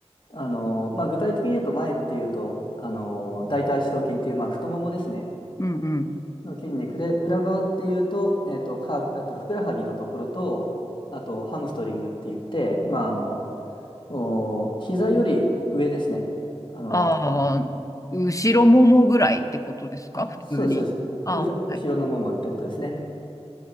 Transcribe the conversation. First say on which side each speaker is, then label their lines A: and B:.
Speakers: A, on the left; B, on the left.
A: あの、まあ、具体的に言うと、前っていうと、あの、大腿四頭筋っていう、まあ、太ももですね。
B: うんうん。
A: の筋肉で、裏側っていうと、えっと、ハーフ、えっと、ふくらはぎのところと、あと、ハムストリングって言って、まあ、あの、お膝より上ですね。あの、
B: ああ、後ろももぐらいってことですか普通に。
A: あ、そうです、そうです。
B: ああ、
A: 裏、
B: はい。
A: 後ろのももってことですね。